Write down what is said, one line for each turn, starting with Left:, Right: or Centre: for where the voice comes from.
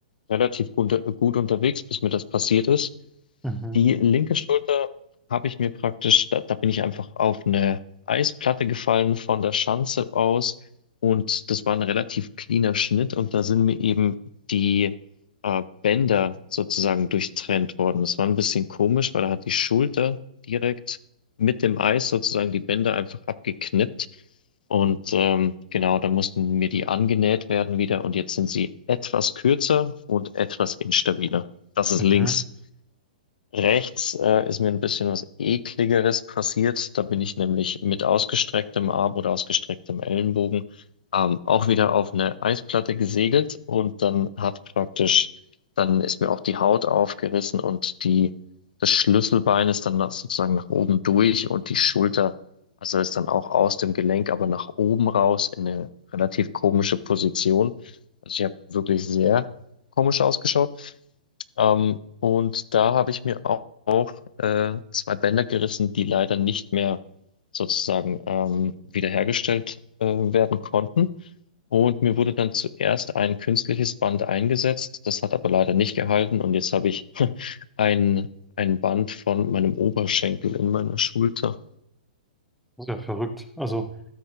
Left: relativ gut, gut unterwegs, bis mir das passiert ist.
Centre: Mhm.
Left: Die linke Schulter habe ich mir praktisch, da, da bin ich einfach auf eine Eisplatte gefallen von der Schanze aus und das war ein relativ cleaner Schnitt und da sind mir eben die äh, Bänder sozusagen durchtrennt worden. Das war ein bisschen komisch, weil da hat die Schulter direkt mit dem Eis sozusagen die Bänder einfach abgeknippt. Und ähm, genau, da mussten mir die angenäht werden wieder und jetzt sind sie etwas kürzer und etwas instabiler. Das ist
Centre: Mhm.
Left: links. Rechts äh, ist mir ein bisschen was Ekligeres passiert. Da bin ich nämlich mit ausgestrecktem Arm oder ausgestrecktem Ellenbogen ähm, auch wieder auf eine Eisplatte gesegelt und dann hat praktisch, dann ist mir auch die Haut aufgerissen und die, das Schlüsselbein ist dann nach, sozusagen nach oben durch und die Schulter, also ist dann auch aus dem Gelenk, aber nach oben raus in eine relativ komische Position. Also ich habe wirklich sehr komisch ausgeschaut. Ähm, und da habe ich mir auch, auch äh, zwei Bänder gerissen, die leider nicht mehr sozusagen ähm, wiederhergestellt äh, werden konnten. Und mir wurde dann zuerst ein künstliches Band eingesetzt, das hat aber leider nicht gehalten. Und jetzt habe ich <laughs> ein, ein Band von meinem Oberschenkel in meiner Schulter.
Centre: Ist ja verrückt. Also,